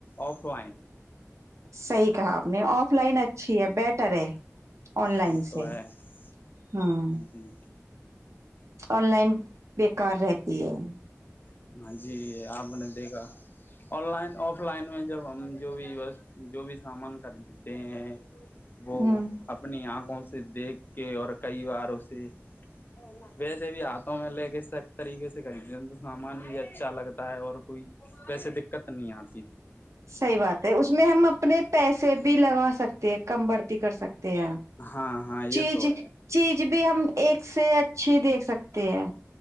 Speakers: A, on the left; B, on the right.
A: آف لائن
B: صحیح کہا آپ نے آف لائن اچا اچ بیٹر ہے آن لائن
A: وہ تو
B: سے
A: ہے ہاں
B: ہوں
A: جی
B: آن لائن بےیکار رہتی پا <unintelligible>
A: <inaudible> جی آپ نے دیکھا آن لائن آف لائن میں جب ہم ہم جو بھی بس جو بھی سامان خرید دیتے ہیں وہ
B: ہمم
A: اپنی آنکھوں سے دیکھ کے اور کئی بار اسے ویسے بھی ہاتھوں میں لے کے سخ طریقے سے ریب تو سامان بھی اچھا لگتا ہے اور کوئی ویسے دقت نہیں آتا
B: صحیح بات ہے اس میں ہم اپنے پیسے بھی لگا سکتے ہیں کم بڑھتی کر سکتے
A: ہاں ہاں یہ
B: چیز
A: تو ہے
B: چیز بھی ہم ایک سے اچھی دیکھ سکتے ہیں